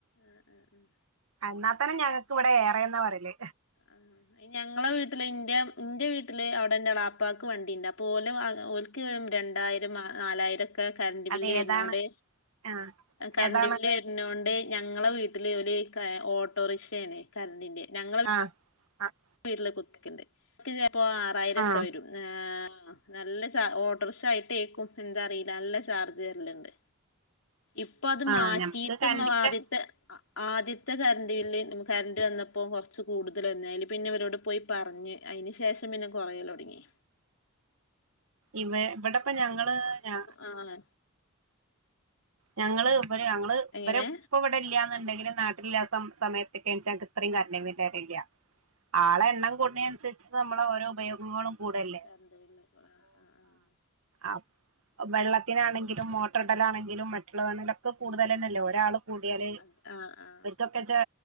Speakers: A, on the left (about 70°); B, on the right (about 75°).
A: ആഹ് ആഹ് ആഹ്
B: എന്നാത്തന്നെ ഞങ്ങക്ക് ഇവിടെ ഏറെന്നാ പറയല്
A: ആഹ് ഞങ്ങളെ വീട്ടില് ഇന്റെ ഇന്റെ വീട്ടില് അവിടെ എളാപ്പാക്ക് വണ്ടിണ്ട് അപ്പോ ഓല് വാങ്ങ ഓൽ ക്കെ രണ്ടായിരം നാലായിരക്കെ കര്ന്റ് ബില്ല്
B: അത്
A: വെര്നോണ്ട്
B: ഏതാണ് ആഹ്
A: കര്ന്റ്
B: ഏതാണ്
A: ബില്ല് നോണ്ട് ഞങ്ങളെ വീട്ടില് ഓല് ഓട്ടോറിക്ഷേണ് കര്ണ്ടിന്റെ ഞങ്ങളെ
B: ആഹ് ആഹ്
A: വീട്ടില് കുത്തിക്ണ്ട് എനിക്ക് പ്പോ ആറായിരംക്കെ
B: ആഹ്
A: വെരും നല്ല ചാർ ഓട്ടർക്ഷ ആയിട്ടേക്കും എന്താ അറിയില്ല നല്ല ചാർജ് വെര്ല്ണ്ട് ഇപ്പ അത്
B: ആഹ്
A: മാറ്റിട്ടും
B: ഞമ്മക്ക് കറണ്ടിന്റെ
A: ആദ്യത്തെ ആദ്യത്തെ കര്ണ്ട് ബില്ല് കര്ണ്ട് വന്നപ്പോ കൊർച്ച് കൂടുതല് വന്ന് അയ്ല് പിന്നെ ഇവരോട് പോയി പർഞ്ഞ് അയ്ന് ശേഷം പിന്നെ കൊറയല് ഒട്ങ്ങി
B: ഇവ ഇവിടെപ്പ ഞങ്ങള് ഞാ
A: ആഹ്
B: ഞങ്ങള് ഇവര് ഞങ്ങള്
A: എങ്ങനെ
B: ഇവരെ ഇപ്പ ഇവടെ ഇല്ല ണ്ടെകിലും നാട്ടിലില്ല സമയത്ത്ക്കെൺച്ച ഇത്രയും കര്ന്റ് ബില്ല് വേര്ലില്ല ആളെ എണ്ണം കൂട് കൂട്ണെനനുസരിച്ച് നമ്മളെ ഓരോ ഉപയോഗങ്ങളും കൂടല്ലേ
A: തന്ത്ല്ലെ ആഹ് ആഹ്
B: അപ്പ് വെള്ളത്തിനാണെങ്കിലും മോട്ടർ ഇടലാണെങ്കിലും മറ്റുള്ളവ ക്കെ കൂടുതലെന്നല്ലേ ഒരാള് കൂടിയാല്
A: ആഹ് ആഹ്
B: അവർക്കൊക്കെച്ചാ